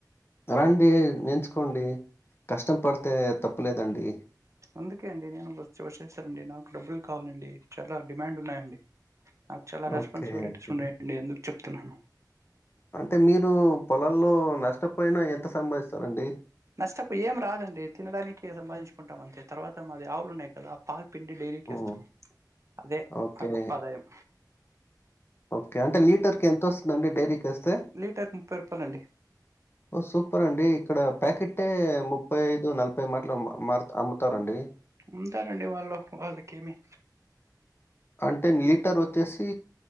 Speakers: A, on the left; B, on the right.
A: రండి నేర్చుకోండి కష్టం పడితే తప్పులేదండి
B: అందుకే అండి నేను వ వచ్చేస్తానండి నాకు డబ్బులు కావాలండి చాలా డిమాండ్ ఉన్నాయండి నాకు చాలా రెస్పాన్సిబిలిటీస్
A: ఓకే ఓకే
B: ఉన్నాయండి అందుకు చెప్తున్నాను
A: అంటే మీరు పొలాల్లో నష్టపోయినా ఎంత సంపాదిస్తారండి
B: నష్టపొయే ఏం రాదండి తినడానికి సంపాదించుకుంటాం అంతే తర్వాత మాది ఆవులు ఉన్నాయి కదా పాల్ పిండి డైరీకి
A: హ్మ్.
B: ఇస్తాం అదే
A: ఓకే.
B: మాకు ఆదాయం
A: ఓకే అంటే లీటర్ కి ఎంత వస్తుంది అండి డైరీకి ఇస్తే
B: లీటర్ ముప్పై రూపాయలు అండి
A: ఓ సూపర్ అండి ఇక్కడ ప్యాకెటే ముప్పై ఐదు నలభై మాటలు అమ్ముతారండి.
B: ఉంటారండి వాళ్ళు వాళ్ళకేమి.
A: అంటే లీటర్ వచ్చేసి.